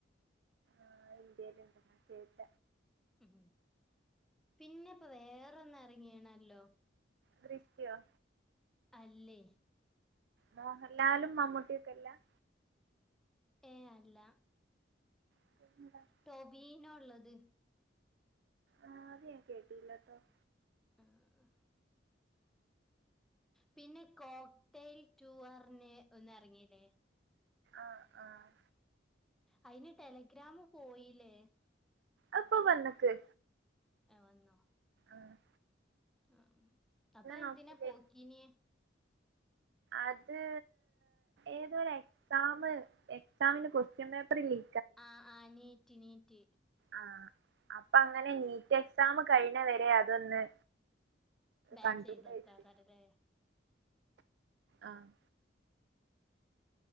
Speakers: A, on the right; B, in the centre.
A: ആഹ് എന്തേലുണ്ടങ്കി കേട്ട
B: ം പിന്നപ്പൊ വേറൊന്ന് എറങ്ങീണല്ലോ
A: ദൃശ്യോ?
B: അല്ലേ
A: മോഹല്ലാലും മമ്മുട്ടിക്കല്ല-
B: ഏഹ്‌ അല്ല
A: <unintelligible>
B: ടൊവീന്നോള്ളത്
A: ആഹ് അത് ഞാൻ കേട്ടില്ലാട്ടോ-
B: ആഹ്‌ പിന്നെ കോക്ടൈൽ ടൂ അർഞ്ഞെ ഒന്നെറങ്ങീല്ലേ?
A: ആഹ്‌ ആഹ്
B: അയിന് ടെലഗ്രാമ് പോയീലേ?
A: അത്പ്പൊ വന്ന്ക്ക്
B: അഹ് വന്നോ?
A: ആഹ്‌
B: ആഹ് അപ്പൊ എന്തിനാ
A: നോക്കില്ലേ
B: പോക്കീനെ
A: അത് ഏതോര് എക്സാമ് എക്സാമിന് കൊസ്ട്യൻ പേപ്പറ് ലീ
B: ആഹ്‌ ആഹ്‌ നീറ്റ് നീറ്റ്
A: ആഹ്‌ അപ്പങ്ങനെ നീറ്റ് എക്സാമ് കഴിയിണ വരെ അതൊന്ന്
B: ബാൻ
A: കണ്ട്രോളെയ്തത്
B: ചെയ്തേക്കാക്കാരല്ലേ
A: ആഹ്‌